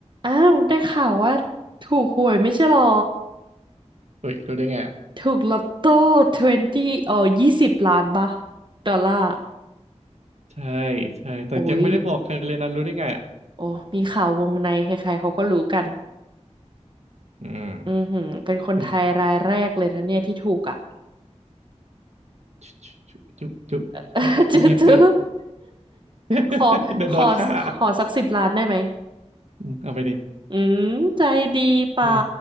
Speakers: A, on the right; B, on the right.
A: อ้าวได้ข่าวว่าถูกหวยไม่ใช่หรอ
B: เฮ้ยรู้ได้ไงอ่ะ
A: ถูกลอตโต้20เอ่อ20ล้านปะดอลลาร์
B: ใช่ใช่แต่ยังไม่ได้บอกใครเลยนะรู้ได้ไงอ่ะ
A: โอ้ยโอ้มีข่าววงในใครๆเขาก็รู้กัน
B: อืม
A: อือหือเป็นคนไทยรายแรกเลยนะเนี่ยที่ถูกอ่ะ
B: อืมจุ๊บจุ๊บจุ๊บจุ๊บ
A: <laughs> จื๊อจื๊อ
B: เงียบๆไป <laughs>
A: ขอขอ
B: เดี๋ยวโดนฆ่า
A: ขอสักสิบล้านได้ไหม
B: <laughs> อืมเอาไปดิ
A: อืมใจดีป๋า
B: อืม